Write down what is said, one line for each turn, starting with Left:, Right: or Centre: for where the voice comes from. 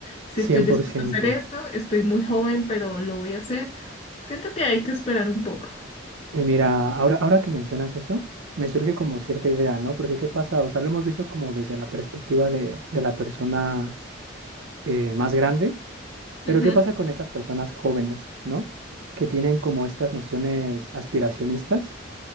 Left: si
Right: cien
Left: estoy dispuesto
Right: por ciento
Left: a hacer esto, estoy muy joven, pero lo voy a hacer. Siento que hay que esperar un poco.
Right: Y mira, ahora, ahora que mencionas eso, me surge como cierta idea, ¿no? Porque ¿qué pasa? O sea, lo hemos visto como desde la perspectiva de, de la persona eh, más grande, pero
Left: Ujú,
Right: ¿qué pasa con estas personas jóvenes, ¿no? Que tienen como estas nociones aspiracionistas